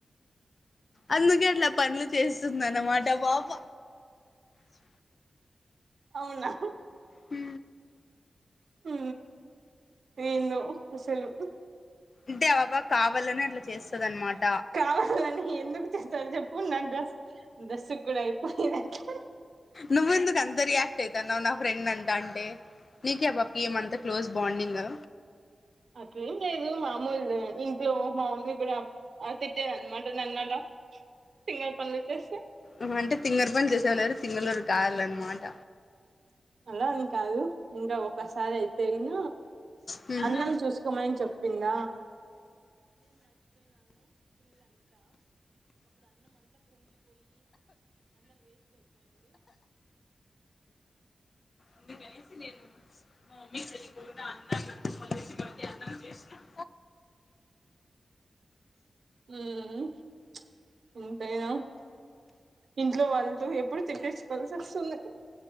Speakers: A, on the left (about 45°); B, on the right (about 65°).
A: అందుకే అట్ల పనులు చేస్సుందన్నమాట ఆ వాప స్
B: అవునా
A: హు
B: హు, ఏందో అసలు
A: అంటే ఆ పాప కావాలనె అట్ల చేస్సదనమాట,
B: కావాలని ఎందుకు చేస్తారు చెప్పు నా డ్రెస్ డ్రెస్ కూడా అయిపోయేది అట్లా
A: నువ్వు ఎందుకు అంత రియాక్ట్ అయితాన్నవ్ నా ఫ్రెండ్న్ ని అంటా అంటే నీకి ఆ పాప్కి ఏమంతా క్లోజ్ బాండింగా
B: అట్లేం లేదు మా అమ్మోళ్ళు ఉన్నారే ఇంట్లో మా మమ్మీ కూడా అ తిట్టేదన్నమాట నన్ను అలా ఫింగర్ పనులు చేస్తే
A: ఆహా అంటే తింగరు పనులు చేసేవోలు తింగళోరు కావాలన్నమాట
B: అలా అని కాదు ఇంగా మసాల చైన్
A: మ్మ్
B: అన్నం చూసుకోమని
A: అందుకనేసి నేను మా మమ్మీ కి తెలియకుండా అన్నాన్ని అంతా పారేసి మళ్లీ అన్నం చేసిన <inaudible>
B: మ్ ఎంతైనా ఇంట్లో వాళ్ళతో ఎప్పుడు తిట్టించుకోవాల్సి వస్తుంది